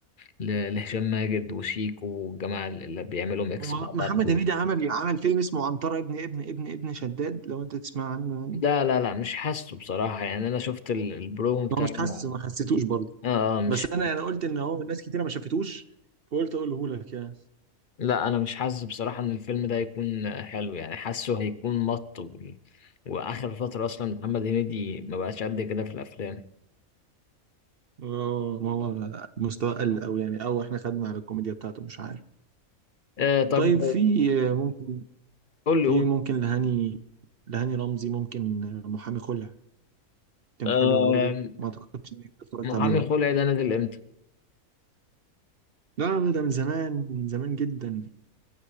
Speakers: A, on the left (about 45°); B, on the right (about 50°).
A: ل- لهشام ماجد وشيكو والجماعه اللي بيعملوا ميكس
B: هو
A: مع بعض
B: محمد
A: دول
B: هنيدي عمل عمل فيلم اسمه عنترة ابن ابن ابن ابن شداد لو انت تسمع عنه يعني
A: لا لا لا مش حاسه بصراحه يعني انا شفت ال- البرومو بتاع
B: هو مش حاسس
A: اه
B: ما حسيتوش برضه
A: آه، مش
B: بس انا يعني قلت ان هو ناس كتيره ما شافتوش فقلت اقوله لك يعني
A: لا انا مش حاسس بصراحه ان الفيلم ده هيكون آه، حلو يعني حاسه هيكون مط و... واخر فتره اصلا محمد هنيدي ما بقاش قد كده في الافلام
B: اه ما هو مستوى قل أوي يعني أو إحنا خدنا على الكوميديا بتاعته مش عارف
A: آه طب
B: طيب في ممكن
A: قول
B: في
A: لي قول
B: ممكن لهاني لهاني رمزي ممكن محامي خلع كان
A: آه
B: حلو برضه ما أعتقدش إني اتفرجت
A: محامي
B: عليه بقى
A: الخلع ده نزل امتى؟
B: لا لا، ده من زمان من زمان جدا